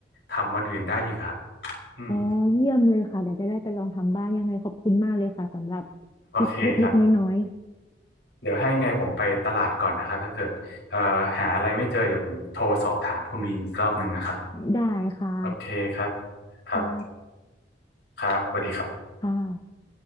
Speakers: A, on the left (about 75°); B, on the left (about 20°).
A: ทำวันอื่นได้อีกครับอืม
B: อ๋อเยี่ยมเลยค่ะเดี๋ยวจะได้ไปลองทำบ้างยังไงขอบคุณมากเลยค่ะสำหรับ
A: โอเคครับ
B: ทริคเล็กๆน้อย
A: เดี๋ยวให้ไงผมไปตลาดก่อนนะครับถ้าเกิดเอ่อหาอะไรไม่เจอเดี๋ยวผมโทรสอบถามคุณมีนอีกรอบหนึ่งนะครับ
B: ๆได้ค่ะ
A: โอเคครับครับ
B: ค่ะ
A: ครับสวัสดีครับ
B: ค่ะ